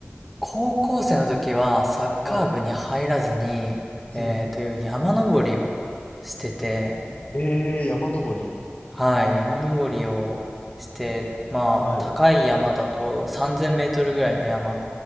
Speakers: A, in the centre; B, on the left.
A: 高校生の時はサッカー部に入らずに、
B: はい。
A: えーという山登りをしてて、
B: うん。えー、山登り。
A: はい、山登りをして、まあ、
B: はい。
A: 高い山だと3000メートルぐらいの山